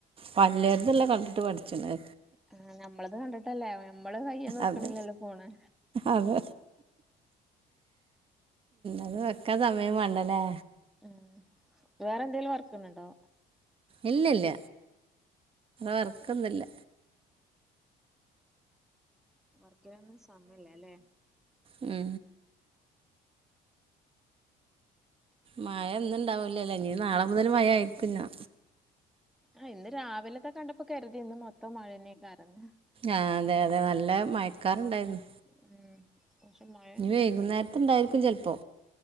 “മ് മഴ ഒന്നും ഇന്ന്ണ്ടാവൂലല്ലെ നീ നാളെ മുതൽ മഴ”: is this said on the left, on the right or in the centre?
Right